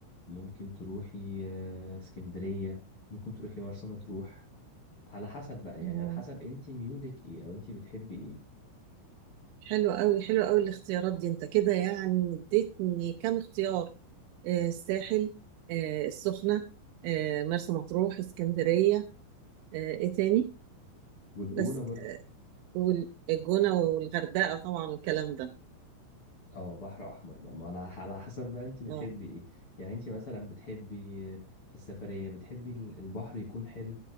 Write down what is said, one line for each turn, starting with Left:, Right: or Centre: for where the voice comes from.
Left: ممكن تروحي آه، اسكندرية ممكن تروحي مرسى مطروح على حسب بقى يعني
Right: آه.
Left: على حسب انت ميولك ايه او انت بتحبي ايه
Right: حلو قوي حلو قوي الاختيارات دي انت كده يعني اديتني كام اختيار آه، الساحل آه، السخنه آه، مرسى مطروح اسكندريه آه، ايه تاني
Left: والجونة
Right: بس
Left: برضو
Right: والجونه والغردقه طبعا والكلام ده
Left: اه بحر احمر بقى ما على على حسب بقى انت بتحبي
Right: اه
Left: ايه يعني انت مثلا بتحبي آه، في السفرية بتحبي ال- البحر يكون حلو